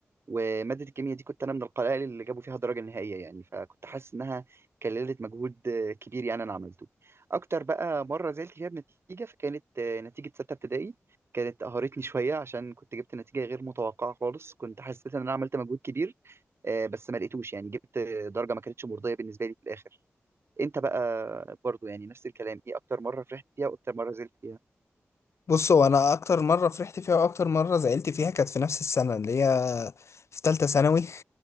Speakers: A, on the right; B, on the left.
A: ومادة الكيمياء دي كنت أنا من القلائل اللي جابوا فيها درجة نهائية يعني فكنت حاسس إنها كللت مجهود آه، كبير يعني أنا عملته أكتر بقى مرة زعلت فيها بنتيجة فكانت آه، نتيجة ستة ابتدائي كانت قهرتني شوية عشان كنت جبت نتيجة غير متوقعة خالص كنت حسيت إن أنا عملت مجهود كبير آه، بس ما لقيتوش يعني جبت آه، درجة ما كانتش مرضية بالنسبة لي في الآخر انت بقى برضو يعني نفس الكلام ايه اكتر مره فرحت فيها واكتر مره زعلت فيها
B: بص هو أنا أكتر مرة فرحت فيها وأكتر مرة زعلت فيها كانت في نفس السنة اللي هي في تالتة ثانوي